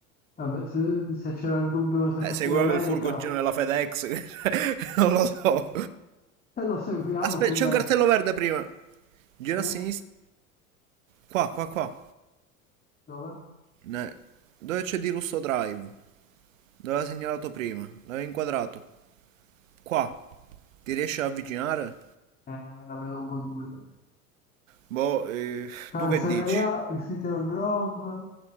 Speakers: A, on the left; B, on the right.
A: Vabbè, se, se c'era il dubbio se
B: Eh,
A: fossi
B: seguiamo
A: in America,
B: il furgoncino della FedEx. <laughs> non lo so.
A: se lo seguiamo
B: Aspetta,
A: fin
B: c'è
A: da
B: un cartello verde prima. Gira
A: qui,
B: a sinistra. Qua, qua, qua.
A: dove?
B: Ne- Dove c'è di Russo Drive? Dove l'ha segnalato prima? L'aveva inquadrato. Qua. Ti riesci ad avvicinare?
A: Eh, la vedo un po' dura.
B: Boh, eh,
A: Cancelleria,
B: tu che dici?
A: Cedar Grove,